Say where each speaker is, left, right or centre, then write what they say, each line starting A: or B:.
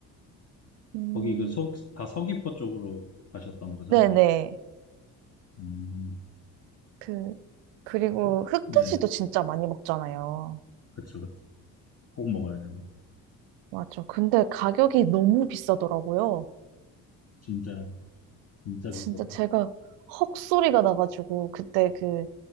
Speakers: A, on the right; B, on the left.
A: 음,
B: 거기 그 서, 다 서귀포 쪽으로 가셨던 거죠?
A: 네네.
B: 음,
A: 그, 그리고
B: 그-
A: 흑돼지도
B: 네,
A: 진짜 많이 먹잖아요.
B: 그쵸, 그쵸. 꼭 먹어야죠.
A: 맞죠. 근데 가격이 너무 비싸더라고요.
B: 진짜, 진짜
A: 진짜
B: 비싸서.
A: 제가 헉 소리가 나가지고, 그때 그